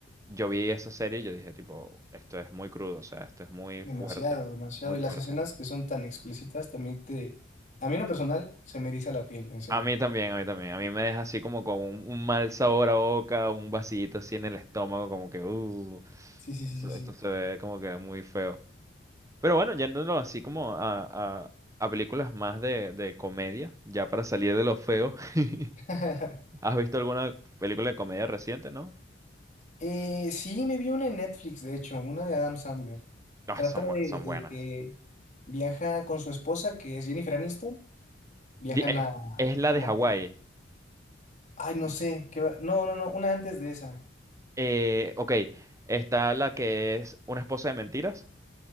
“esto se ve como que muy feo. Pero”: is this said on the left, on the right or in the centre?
Right